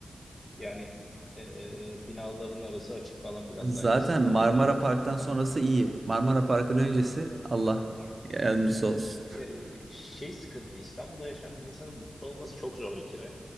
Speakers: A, on the left; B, on the right.
A: yani e, binaların arası açık falan biraz
B: Zaten
A: daha en azından.
B: Marmara Park'tan sonrası iyi. Marmara Park'ın öncesi Allah yardımcısı olsun. <laughs>
A: E, şey sıkıntı İstanbul'da yaşayan bir insanın mutlu olması çok zor bir kere.